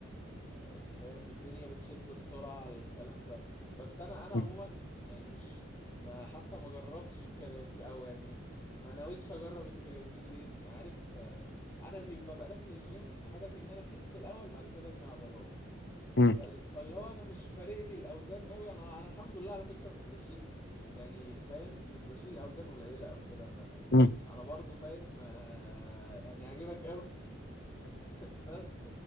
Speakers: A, on the left (about 25°); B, on the left (about 55°).
A: يعني فاهم الدنيا بتشد بسرعة على الكلام ده بس انا انا عموما
B: مم.
A: يعني مش ما حتى ما جربتش الكرياتين او يعني ما نويتش اجرب الكرياتين لان عارف آه، انا بي- ببقى داخل الجيم هدفي ان انا اخس الاول بعد كده ابني عضلات
B: مم.
A: فال- فاللي هو انا مش فارق لي الاوزان قوي انا انا الحمد لله على فكرة مش بشيل يعني فاهم مش بشيل اوزان قليلة او كده انا
B: مم.
A: انا برضو فاهم آه، يعني عاجبك قوي بس